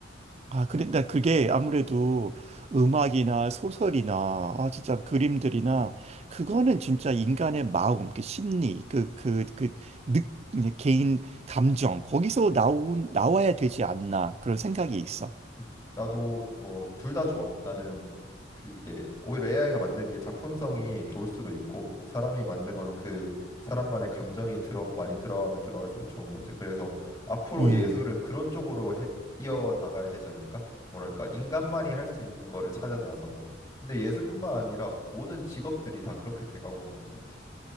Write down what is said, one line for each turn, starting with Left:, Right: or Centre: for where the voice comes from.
Right: 아, 그래, 나 그게 아무래도 음악이나 소설이나, 아, 진짜 그림들이나, 그거는 진짜 인간의 마음, 그 심리, 그, 그, 그, 느, 개인 감정, 거기서 나온, 나와야 되지 않나, 그런 생각이 있어.
Left: 음, 나도 뭐 둘 다 좋아. 나는 그게 오히려 AI가 만든 게 작품성이 좋을 수도 있고 사람이 만든 건 그 사람만의 감정이 들어 많이 들어가면 들어갈수록 좋은 거지. 그래서 앞으로
Right: 음.
Left: 예술은 그런 쪽으로 해, 이어 나가야 되지 않을까? 뭐랄까 인간만이 할 수 있는 거를 찾아 나서는 거. 근데 예술뿐만 아니라 모든 직업들이 다 그렇게 돼가고 있는 것 같아.